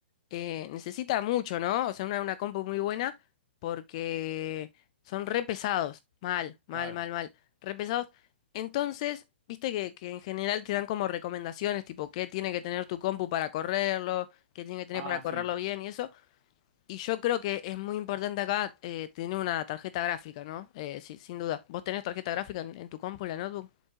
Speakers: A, on the left; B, on the right.
A: eh, necesita mucho, ¿no? O sea, una, una compu muy buena porque son re pesados. Mal, mal,
B: Claro.
A: mal, mal. Re pesados. Entonces, viste que, que en general te dan como recomendaciones, tipo, qué tiene que tener tu compu para correrlo, qué tiene que tener
B: Ah,
A: para correrlo
B: sí.
A: bien y eso. Y yo creo que es muy importante acá eh, tener una tarjeta gráfica, ¿no? Eh, sí, sin duda. ¿Vos tenés tarjeta gráfica en, en tu compu, en la notebook?